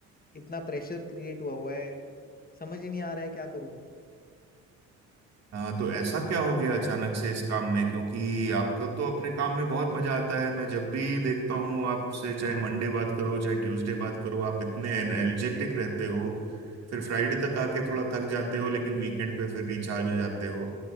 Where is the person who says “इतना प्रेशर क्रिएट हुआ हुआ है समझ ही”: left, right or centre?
Left